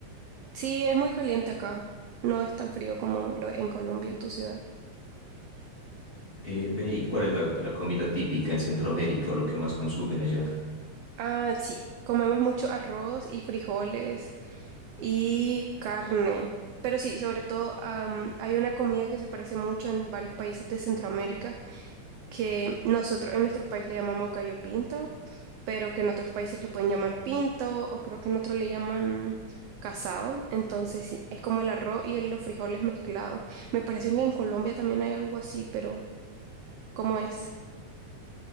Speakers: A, on the right; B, on the left.
A: sí, es muy caliente acá. No es tan frío como lo en Colombia, en tu ciudad.
B: Eh, ve, ¿y cuál es la, la comida típica en Centroamérica o lo que más consumen allá?
A: Ah, sí, comemos mucho arroz y frijoles. y carne. Pero sí, sobre todo am, hay una comida que se parece mucho en varios países de Centroamérica, que nosotros en nuestro país le llamamos gallo pinto, pero que en otros países le pueden llamar pinto o creo que en otro le llaman casado. Entonces sí, es como el arroz y los frijoles mezclados. Me parece que en Colombia también hay algo así, pero ¿cómo es?